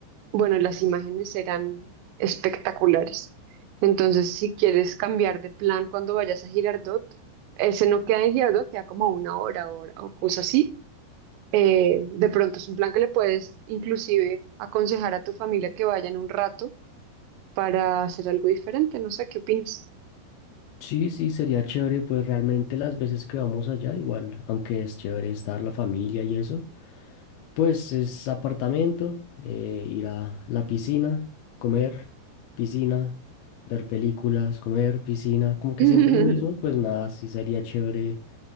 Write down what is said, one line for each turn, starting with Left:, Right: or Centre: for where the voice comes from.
Right: Bueno, las imágenes eran espectaculares. Entonces, si quieres cambiar de plan cuando vayas a Girardot, ese no queda en Girardot, queda como a una hora, hora o cosas así. Eh, de pronto es un plan que le puedes inclusive aconsejar a tu familia que vayan un rato para hacer algo diferente. No sé, ¿qué opinas?
Left: Sí, sí, sería chévere, pues realmente las veces que vamos allá, igual, aunque es chévere estar la familia y eso, pues es apartamento, eh, ir a la piscina, comer, piscina, ver películas, comer, piscina, como que
Right: <laughs>
Left: siempre lo mismo, y pues nada, sí sería chévere